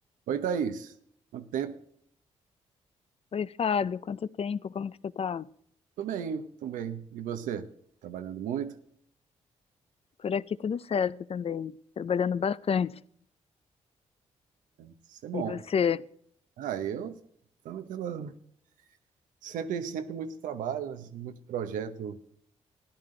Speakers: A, on the right (about 80°); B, on the left (about 50°).
A: Oi, Thaís. Quanto tempo?
B: Oi, Fábio, quanto tempo? Como que você tá?
A: Tô bem, tô bem. E você? Trabalhando muito?
B: Por aqui tudo certo também, trabalhando bastante.
A: Isso é bom.
B: E você?
A: Ah, eu tô naquela... Sempre, sempre muito trabalho, né? Muito projeto,